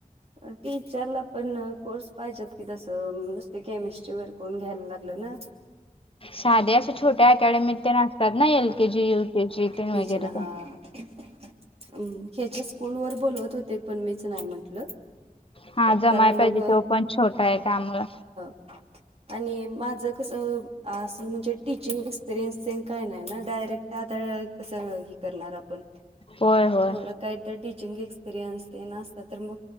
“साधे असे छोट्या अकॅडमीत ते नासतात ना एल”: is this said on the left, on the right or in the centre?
Left